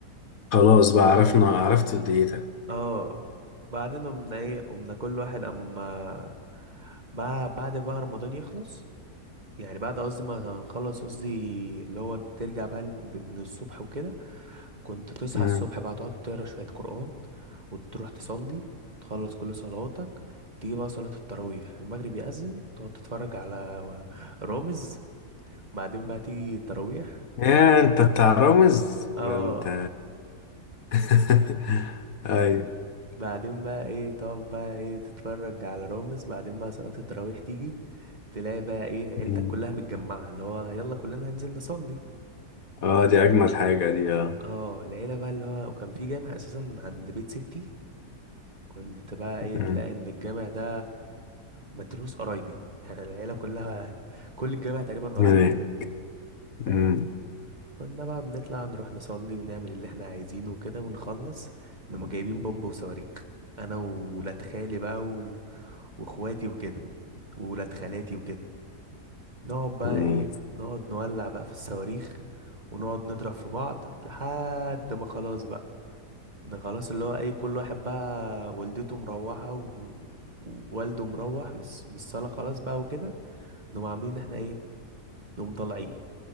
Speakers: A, on the left (about 60°); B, on the right (about 25°).
A: خلاص بقى عرفنا عرفت ديتك
B: اه بعدين قمنا ايه قمنا كل واحد اما بقى بعد بقى رمضان يخلص يعني بعد قصدي ما هنخلص قصدي اللي هو ترجع بقى ال- من الصبح وكده كنت تصحى
A: مم.
B: الصبح بقى تقعد تقرا شوية قرآن وتروح تصلي تخلص كل صلواتك تيجي بقى صلاة التراويح المغرب يأذن تقعد تتفرج على رامز بعدين بقى تيجي التراويح
A: يا انت بتاع رامز
B: اه
A: ده انت <laughs> ايوه
B: بعدين بقى ايه تقعد بقى ايه تتفرج على رامز بعدين بقى صلاة التراويح تيجي تلاقي بقى ايه عيلتك
A: مم.
B: كلها متجمعة اللي هو يلا كلنا هننزل نصلي
A: اه دي اجمل حاجة دي اه
B: اه العيلة بقى اللي هو وكان في جامع اساسا عند بيت ستي كنت بقى ايه
A: مم.
B: تلاقي ان الجامع ده متروس قرايبي يعني العيلة كلها كل الجامع تقريبا قرايب
A: يعني مم.
B: فاهمني كنا بقى بنطلع نروح نصلي ونعمل اللي احنا عايزينه وكده ونخلص نقوم جايبين بومب وصواريخ انا وولاد خالي بقى و... واخواتي وكده وولاد خالاتي وكده نقعد بقى
A: مم.
B: ايه نقعد نولع بقى في الصواريخ ونقعد نضرب في بعض لحد ما خلاص بقى ده خلاص اللي هو اي كل واحد بقى والدته مروحة و... ووالده مروح بس من الصالة خلاص بقى وكده نقوم عاملين إن احنا ايه نقوم طالعين